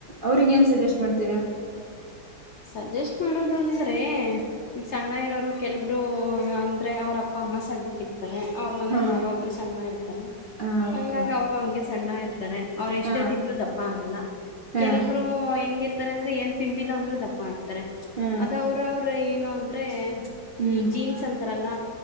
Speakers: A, on the right; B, on the left.
A: ಅವ್ರಗ ಏನ್ ಸಜೆಸ್ಟ್ ಮಾಡ್ತೀರಾ.
B: ಸಜೆಸ್ಟ್ ಮಾಡೋದು ಅಂದ್ರೆ ಈಗ ಸಣ್ಣ ಇರೋರು ಕೆಲ್ಬರು ಅಂದ್ರೆ ಅವ್ರ ಅಪ್ಪ. ಅಮ್ಮ ಸಣ್ಣರಿ ಅವ್ರ ಮನೇಲಿ
A: ಹಾ
B: ಯಾರೋ ಒಬ್ರು ಸಣ್ಣ ಇರ್ತಾರೆ.
A: ಹ
B: ಹಂಗಾಗಿ
A: ಓಕೆ
B: ಅವರು ಹಗೆ ಸಣ್ಣ ಇರ್ತಾರೆ. ಅವರು ಎಷ್ಟೇ
A: ಹಾ
B: ತಿಂದ್ರು ದಪ್ಪ ಆಗಲ್ಲ
A: ಹಾ
B: ಕೆಲ್ಬರು ಹೆಂಗಿರ್ತಾರೆ ಅಂದ್ರೆ ಏನ್ ತಿಂದಿಲ್ಲ ಅಂದ್ರರು ದಪ್ಪ ಆತಾರೆ
A: ಹಾ
B: ಅದ ಅವ್ರವ್ರ ಏನು ಅಂದ್ರೆ
A: ಹ್ಮ್
B: ಈ ಜೀನ್ಸ್ ಅಂತಾರಲ್ಲ